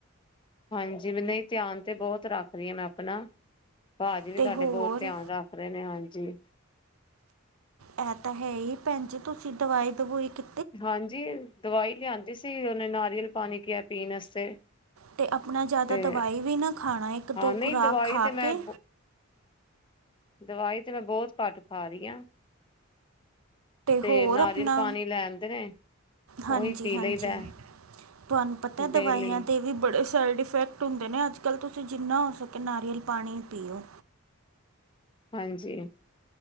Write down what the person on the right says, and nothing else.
ਅਤੇ
ਹੋਰ
ਇਹ ਤਾਂ ਹੈ ਹੀ ਭੈਣ ਜੀ, ਤੁਸੀਂ ਦਵਾਈ ਦਬੂਈ ਕਿ
ਅਤੇ ਆਪਣਾ ਜ਼ਿਆਦਾ
ਦਵਾਈ ਵੀ ਨਾ ਖਾਣਾ, ਇੱਕ
ਦੋ
ਖੁਰਾਕ
ਖਾ
ਕੇ
ਹੋਰ
ਆਪਣਾ
ਹਾਂਜੀ
ਹਾਂਜੀ
ਤੁਹਾਨੂੰ ਪਤਾ ਦਵਾਈਆਂ
ਦੇ ਵੀ ਬੜੇ ਸਾਈਡ ਇਫੈਕਟ ਹੁੰਦੇ ਨੇ ਅੱਜ ਕੱਲ੍ਹ, ਤੁਸੀਂ ਜਿੰਨਾ ਹੋ ਸਕੇ ਨਾਰੀਅਲ ਪਾਣੀ ਪੀਓ।